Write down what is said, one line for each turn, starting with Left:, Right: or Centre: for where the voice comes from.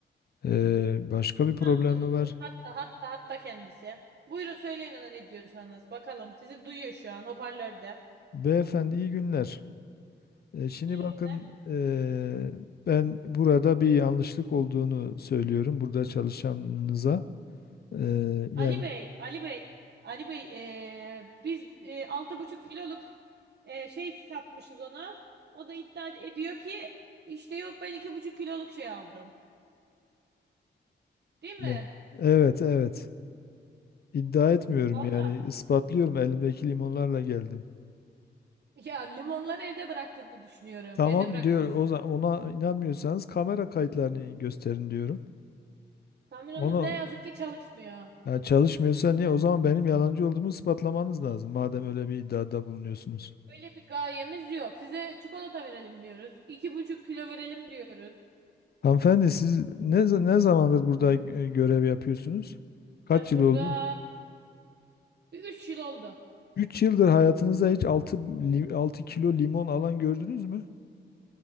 Left: Ee, başka bir problem
Right: Tamam durun
Left: mi var?
Right: durun. Hatta hatta hatta kendisi. Buyurun söyleyin ona ne diyorsanız. Bakalım sizi duyuyor şu an hoparlörde.
Left: Beyefendi iyi günler. Ee, şimdi
Right: İyi
Left: bakın
Right: günler.
Left: ee, ben burada bir yanlışlık olduğunu söylüyorum burada çalışanınıza. Ee, yani
Right: Ali Bey, Ali Bey, Ali Bey, eee, biz eee, altı buçuk kiloluk eee, şey satmışız ona. O da iddia ediyor ki işte yok ben iki buçuk kiloluk şey aldım. Değil mi?
Left: e, evet evet iddia etmiyorum
Right: Valla.
Left: yani ispatlıyorum elimdeki limonlarla geldim.
Right: Ya limonları evde bıraktığını düşünüyorum.
Left: Tamam
Right: Evde bıraktığınızı
Left: diyor. O
Right: düşünüyorum.
Left: zaman ona inanmıyorsanız kamera kayıtlarını gösterin diyorum.
Right: Kameramız
Left: Onu
Right: ne yazık ki çalışmıyor.
Left: ya çalışmıyorsa niye? O zaman benim yalancı olduğumu ispatlamanız lazım. Madem öyle bir iddiada bulunuyorsunuz.
Right: Öyle bir gayemiz yok. Size çikolata verelim diyoruz. İki buçuk kilo verelim diyoruz.
Left: Hanımefendi siz ne, za- ne zamandır burada e, görev yapıyorsunuz? Kaç
Right: Ben
Left: yıl
Right: burada
Left: oldu?
Right: bir üç yıl oldu.
Left: 3 yıldır hayatınızda hiç altı altı kilo limon alan gördünüz mü?